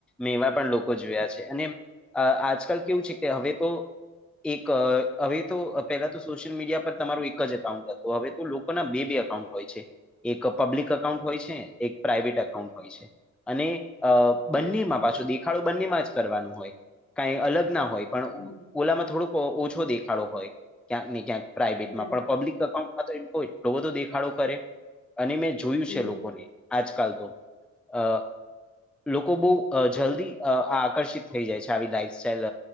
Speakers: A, in the centre; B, on the left.
A: મેવા પણ લોકો જોયા છે અને આજકાલ કેવું છે કે હવે તો એક હવે તો પહેલા તો સોશિયલ મીડિયા પર તમારું એક જ એકાઉન્ટ હતું હવે તો લોકો ના બે બે એકાઉન્ટ હોય છે એક પબ્લિક અકાઉન્ટ હોય છે, એક પ્રાઇવેટ અકાઉન્ટ હોય છે. અને અ બંનેમાં
B: હમ
A: પાછું દેખાડો બંનેમાં જ કરવાનું હોય કઈ અલગ ના હોય પણ
B: હમ
A: ઓલામાં થોડુંક અ ઓછો દેખાડો હોય ક્યાંક ને ક્યાંક પ્રાઈવેટમાં
B: હમ
A: પણ પબ્લિક એકાઉન્ટ માંતો એક એટલો બધો દેખાડો કરે અને મેં જોયું
B: હમ
A: છે લોકોને આજકાલ તો અ લોકો બો અ જલ્દી આકર્ષિત થઈ જાય છે આવી લાઈફ સ્ટાઈલ